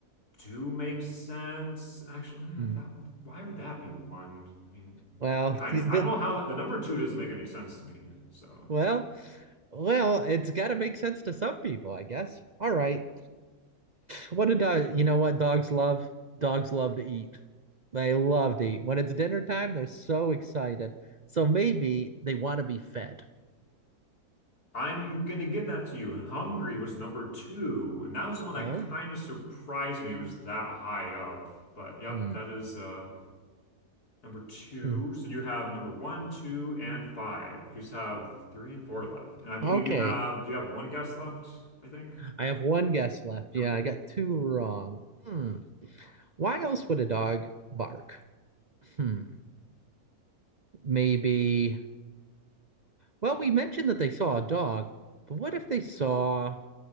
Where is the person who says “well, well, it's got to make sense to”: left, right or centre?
Right